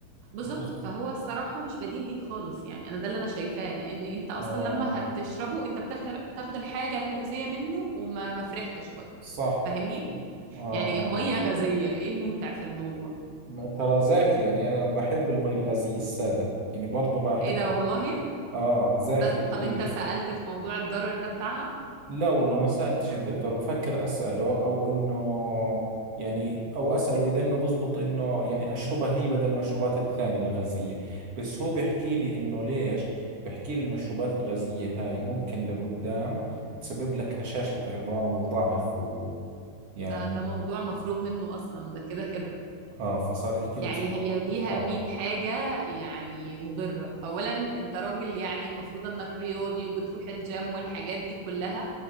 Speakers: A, on the right; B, on the right.
A: بالظبط
B: وخصوصا
A: فهو الصراحة مش بديل ليك خالص يعني انا ده اللي انا شايفاه لان انت اصلا
B: اه
A: لما هتشربه انت بتاخد تاخد الحاجة المؤذية منه وما ما فرحتش برضه
B: صح
A: فاهمني
B: اه
A: يعني
B: آه.
A: مية غازية ايه الممتع في الموضوع
B: ما- ترى زاكي يعني أنا بحب المي الغازية السادة يعني برضو بحبها
A: ايه ده والله
B: آه زاكي
A: ب...
B: كثير
A: طب انت سألت في موضوع الضرر ده بتاعها
B: لا والله ما سألتش الدكتور بفكر أسأله أو إنه يعني أو أسأله إذا إنه بزبط إنه يعني أشربها هي بدل المشروبات الثانية الغازية بس هو بيحكي لي إنه ليش بيحكي لي المشروبات الغازية هاي ممكن لقدام تسبب لك هشاشة عظام وضعف ويعني
A: ده ده موضوع مفروغ منه اصلا ده كده كده
B: آه فصار يحكي
A: يعني
B: لي بصراحة
A: هي ليها
B: آه
A: 100 حاجة يعني مضرة اولا انت راجل يعني المفروض انك رياضي وبتروح الجيم والحاجات دي كلها